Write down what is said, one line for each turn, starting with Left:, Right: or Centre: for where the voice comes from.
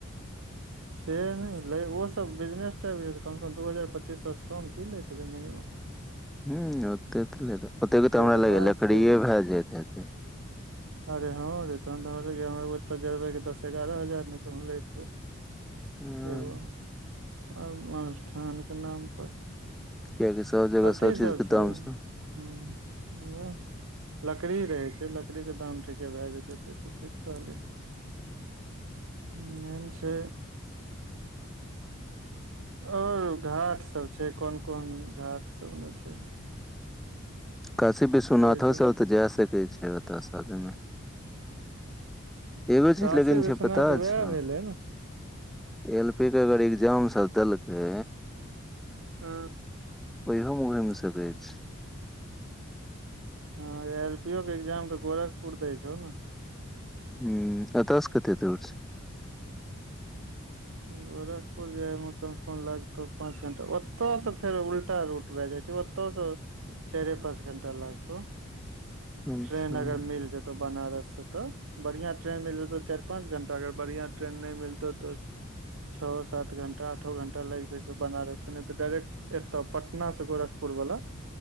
Right: से नहि ओस बिजनेस टाइप जे तऽ कमसँ कम दू हजार पचीस सएसँ कम की लेतै तऽ मिनिमम
Centre: ह ओते ओतेक त
Right: कियाकि
Centre: हमरा ल
Right: लाश
Centre: लकड़ीए
Right: जरबै छै
Centre: भए जायत हेतै।
Right: अरे हँं रे तहन त हमरा लगैया ओत जबै दस एगारह हजार नहि कहु लैत हो।
Centre: ह
Right: एगो अनुष्ठानके नाम पर।
Centre: कियाकि सब जगह
Right: अते सब
Centre: चीज के
Right: छैय
Centre: दाम छै
Right: <unintelligible> लकड़ी रहै छैय लकड़ीके दाम ठीके भए जाइ छैय ओतेक तऽ ठीक कहली। ह मैन छैय आओर घाट सब छैय कोन कोन घाट सभमे छैय।
Centre: काशी विश्वनाथो
Right: ओहिजे
Centre: स तऽ जा सकै छैय ओतस <unintelligible> एगो चीज
Right: काशी
Centre: लकिन छैय
Right: विश्वनाथ
Centre: पता
Right: वएह
Centre: छौ?
Right: भेलै ने
Centre: एल पी के अगर एग्जाम सभ देलकै
Right: हँ
Centre: ओहोमे <unintelligible> सकैत छैय।
Right: हँ एल पी ओ के एग्जाम तऽ गोरखपुर दै छौ ने।
Centre: हूं अतऽस कते दूर छैय?
Right: गोरखपुर जायमे कमसँ कम लगतौ पाँच घंटा ओतसँ फेर उल्टा रूट भए जाइ छैय। तस चाईरे पाँच घण्टा लगतौ
Centre: अच्छा
Right: ट्रेन
Centre: हूँ
Right: अगर मिल जेत तऽ बनारससँ तऽ बढ़िआँ ट्रेन मिल जेतौ चारि पाँच घंटा अगर बढ़िआं ट्रेन नहि मिलतौ तऽ छओ सात घंटा आठो घंटा लागि जाइ छौ बनारससे नहि तऽ डायरेक्ट एत पट ना से गोरखपुर वाला